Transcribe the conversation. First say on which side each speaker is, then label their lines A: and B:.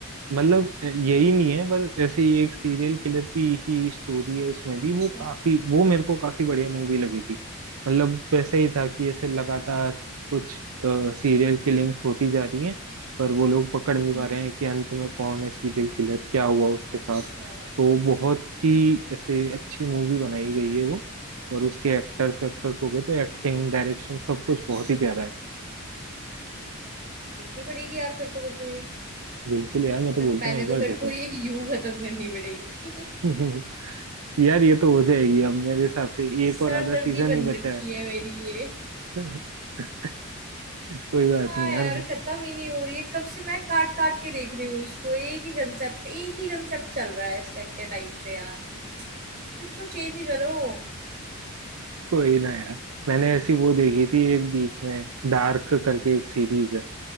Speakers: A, on the right; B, on the right.
A: मतलब यही नहीं है पर ऐसे ही एक सीरियल किलर की ही स्टोरी है उसमें
B: अच्छा
A: भी वो काफी वो मेरे को काफी बढ़िया मूवी लगी थी मतलब वैसे ही था कि ऐसे लगातार कुछ सीरियल किलिंग्स होती जा रही हैं पर वो लोग पकड़ नहीं पा
B: हम्म
A: रहे हैं कि अंत में कौन है सीरियल किलर क्या हुआ उसके
B: अच्छा
A: साथ तो बहुत ही ऐसे अच्छी मूवी बनाई गई है वो और उसके एक्टर्स वेक्टर्स हो गए तो एक्टिंग डायरेक्शन सब कुछ
B: अच्छा
A: बहुत ही प्यारा है
B: देखनी पड़ेगी यार फिर तो मेरे को ये
A: बिल्कुल यार
B: तब
A: मैं तो
B: तक
A: बोलता
B: पहले
A: हूँ एक बार
B: तो फिर
A: देखो
B: को ये यू खत्म करनी पड़ेगी
A: <laughs> यार ये तो हो जाएगी
B: <laughs>
A: अब मेरे हिसाब से एक
B: सरदर्दी
A: और आधा सीजन
B: बन
A: ही
B: रखी
A: बचा
B: है मेरी ये
A: है <laughs> कोई बात
B: हाँ
A: नहीं
B: यार
A: यार
B: खत्म ही नहीं हो रही है कब से मैं काट काट के देख रही हूँ इसको एक ही कंसेप्ट एक ही कंसेप्ट चल रहा है इसका इतने टाइम से यार कुछ तो चेंज करो
A: कोई ना यार मैंने ऐसी वो देखी थी एक बीच में डार्क करके एक सीरीज है